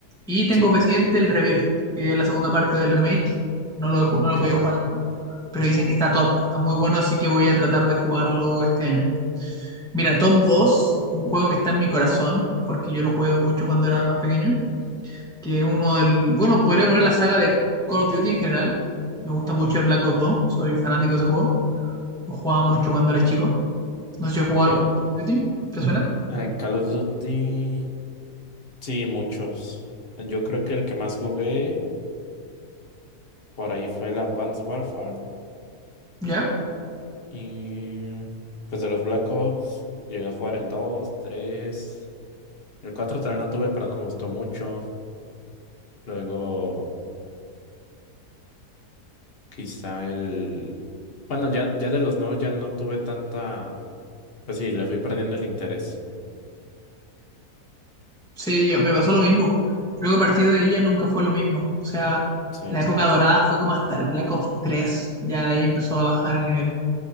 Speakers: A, in the centre; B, on the left.
A: Y tengo
B: sí,
A: pendiente el Rebirth, que es la segunda parte del remake. No lo, he ju- no
B: ok,
A: lo he podido jugar aún, pero dicen que está top, está muy bueno, así que voy a tratar de jugarlo este año. Mira, Top dos un juego que está en mi corazón, porque yo lo jugué mucho cuando era más pequeño, que es uno del, bueno, podría poner la saga de Call of Duty en general. Me gusta mucho el Black Ops dos soy fanático de ese juego. Lo jugaba mucho cuando era chico. No sé si he jugado
B: ok.
A: algún Call of Duty, ¿te suena?
B: Eh, Call of Duty, sí, muchos. Yo creo que el que más jugué por ahí fue el Advanced Warfare.
A: ¿Ya?
B: Y pues de los Black Ops, llegué a jugar el 2, 3. El 4 también lo tuve, pero no me gustó mucho. Luego, quizá el... Bueno, ya, ya de los nuevos ya no tuve tanta... Pues sí, le fui perdiendo el interés.
A: Sí, yo, me pasó lo mismo. Creo que a partir de ahí ya nunca fue lo mismo. O sea,
B: Sí.
A: la época dorada fue como hasta el Black Ops 3. Ya de ahí empezó a bajar el nivel.